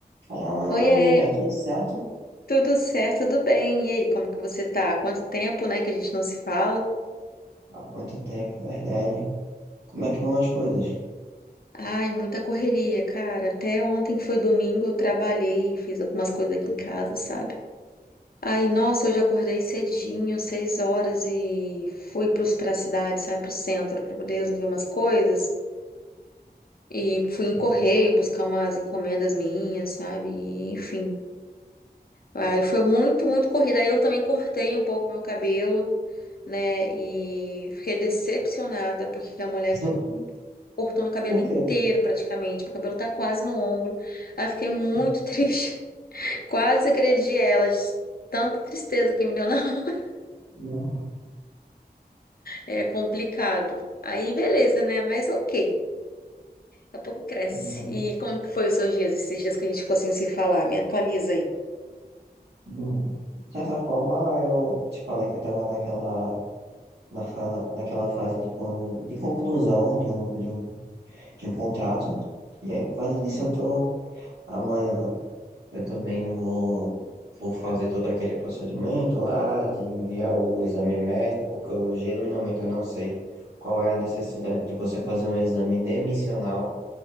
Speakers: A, on the right; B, on the left.
A: Fala,
B: Oiê,
A: amiga, tudo certo?
B: tudo certo, tudo bem? E aí, como que você tá? Quanto tempo, né, que a gente não se fala?
A: Há quanto tempo, verdade? Como é que vão as coisas?
B: Ai, muita correria, cara. Até ontem que foi domingo, eu trabalhei, fiz algumas coisas aqui em casa, sabe? Aí, nossa, hoje eu acordei cedinho, seis horas, e fui pros, pra cidade, sabe, pro centro, pra poder resolver umas coisas. E fui em
A: Sim.
B: correio buscar umas encomendas minhas, sabe? E, enfim, Aí foi muito, muito corrida. Aí eu também cortei um pouco meu cabelo, né? E fiquei decepcionada, porque a mulher
A: <laughs>
B: co- cortou meu cabelo
A: Por
B: inteiro
A: quê?
B: praticamente. Meu cabelo tá quase no ombro. Aí eu fiquei muito
A: É,
B: <laughs> triste. Quase agredi ela. de Tanta tristeza que me deu na hora. <laughs>
A: eu-
B: É complicado. Aí beleza, né? Mas ok. Daqui a pouco cresce.
A: eu-
B: E como que foi os seus dias, esses dias que a gente ficou sem se falar? Me atualiza aí.
A: eu- De certa forma, eu te falei que eu estava naquela, na fala, naquela fase de, con- de conclusão de um, de um de um contrato. E aí, por causa disso, eu tô. Amanhã eu também vou, vou fazer todo aquele procedimento lá, de enviar o exame médico, porque eu genuinamente eu não sei qual é a necessidade de você fazer um exame demissional,